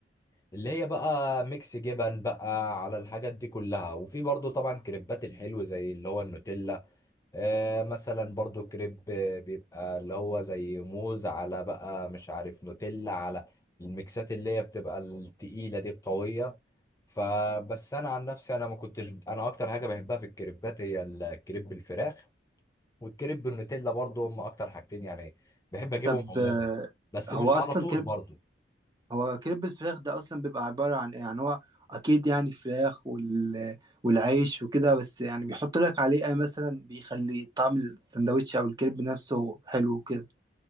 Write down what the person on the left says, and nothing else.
اللي هي بقى ميكس جبن بقى على الحاجات دي كلها وفي برضه طبعا كريبات الحلو زي اللي هو النوتيلا آه مثلا برضه كريب آه، بيبقى اللي هو زي موز على بقى مش عارف نوتيلا على الميكسات اللي هي بتبقى التقيلة دي القوية فبس انا عن نفسي انا ما كنتش انا اكتر حاجه بحبها في الكريبات هي الكريب بالفراخ والكريب بالنوتيلا برضو هم اكتر حاجتين يعني بحب اجيبهم
عموما
بس
مش
على طول
برضو